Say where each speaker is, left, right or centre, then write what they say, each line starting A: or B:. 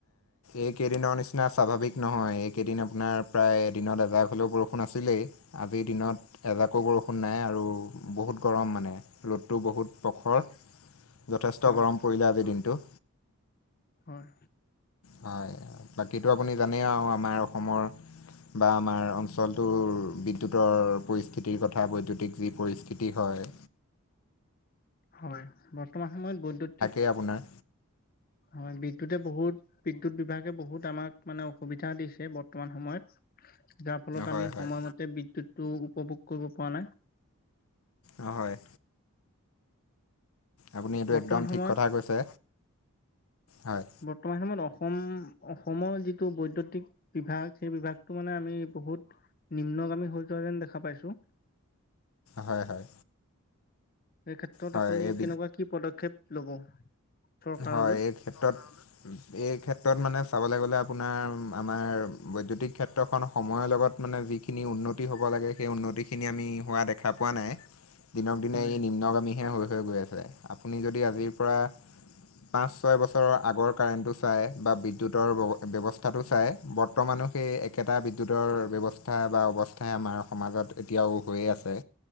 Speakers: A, on the left; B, on the left.
A: এইকেইদিনৰ নিচিনা স্বাভাৱিক নহয়, এইকেইদিন আপোনাৰ প্ৰায় এদিনত এজাক হ'লেও বৰষুণ আছিলেই, আজিৰ দিনত এজাকো বৰষুণ নাই। আৰু বহুত গৰম মানে ৰ'দটো বহুত প্ৰখৰ যথেষ্ট
B: হয়
A: গৰম পৰিলে আজিৰ দিনটো।
B: হয়।
A: হয়, বাকীটো আপুনি জানেই আৰু আমাৰ অসমৰ বা আমাৰ অঞ্চলটোৰ বিদ্যুতৰ পৰিস্থিতিৰ কথা বৈদ্যুতিক যি পৰিস্থিতি কি হয়।
B: হয়, বৰ্তমান সময়ত বৈদ্যুতিক
A: কে আপোনাৰ।
B: হয়, বিদ্যুতে বহুত বিদ্যুৎ বিভাগে বহুত আমাক মানে অসুবিধা দিছে বৰ্তমান সময়ত। যাৰ ফলত
A: হয়
B: আমি
A: হয়
B: সময়মতে বিদ্যুৎ টো উপভোগ কৰিব পৰা নাই।
A: অ', হয়। আপুনি এইটো
B: বৰ্তমান
A: একদম ঠিক
B: সময়ত
A: কথা কৈছে, হয়।
B: বৰ্তমান সময়ত অসম অসমৰ যিটো বৈদ্যুতিক বিভাগ সেই বিভাগটো মানে আমি বহুত নিম্নগামী হৈ যোৱা যেন দেখা পাইছো।
A: হয়, হয়।
B: এই ক্ষেত্ৰত
A: হয়
B: আপুনি
A: এই
B: কেনেকুৱা কি পদক্ষেপ ল'ব? চৰকাৰলৈ?
A: হয়, এই ক্ষেত্ৰত এই ক্ষেত্ৰত মানে চাবলৈ গ'লে আপোনাৰ আমাৰ বৈদ্যুতিক ক্ষেত্ৰখন সময়ৰ লগত মানে যিখিনি উন্নতি হ'ব লাগে সেই উন্নতিখিনি আমি হোৱা দেখা দেখা পোৱা নাই, দিনক দিনে
B: হয়,
A: এই নিম্নগামীহে হৈ হৈ গৈ আছে। আপুনি যদি আজিৰ পৰা পাঁচ ছয় বছৰৰ আগৰ কাৰেণ্টটো চায় বা বিদ্যুতৰ ব্যৱস্থাটো চায়। বৰ বৰ্তমানো সেই একেটা বিদ্যুতৰ ব্যৱস্থা বা অৱস্থাই আমাৰ সমাজত এতিয়াও হৈয়ে আছে।